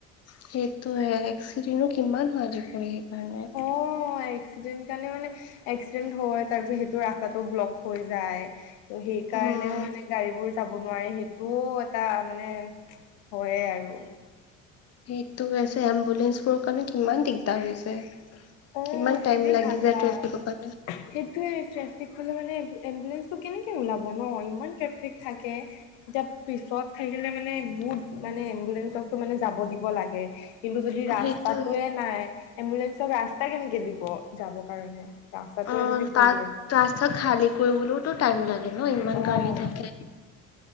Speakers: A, on the left; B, on the left.
A: সেইটোৱে এক্সিডেনো কিমান হয় আজিকালি সেইকাৰণে
B: অ এক্সিডেন কাৰণে মানে এক্সিডেন্ট হয় তাৰ পিছত সেইটো ৰাস্তাটো ব্লক হৈ যায় ত সেইকাৰণেও
A: উম
B: মানে গাড়ীবোৰ যাব নোৱাৰে সেইটোও এটা মানে হয়ে আৰু
A: সেইটোৱে এম্বুলেঞ্চবোৰৰ কাৰণে কিমান দিগদাৰ হৈছে
B: অ'
A: কিমান টাইম
B: যদি
A: লাগি
B: ভাবা
A: যায় ট্ৰেফিকৰ কাৰণে
B: সেইটোয়ে ট্ৰেফিক হলে মানে এম্বুলেঞ্চটো কেনেকে ওলাব ন ইমান ট্ৰেফিক থাকে এতিয়া পিছত থাকিলে মানে বহুত মানে এম্বুলেঞ্চক মানে যাব দিব লাগে কিন্তু যদি ৰাস্তাটোৱে
A: সেইটো
B: নাই এম্বুলেঞ্চক ৰাস্তা কেনেকে দিব যাবৰ কাৰণে ৰাস্তাটোৱে
A: অ
B: যদি পৰি
A: তাত
B: আছে
A: ৰাস্তা খালী কৰিবলৈওতো টাইম লাগে ন ইমান
B: অ'
A: গাড়ী থাকে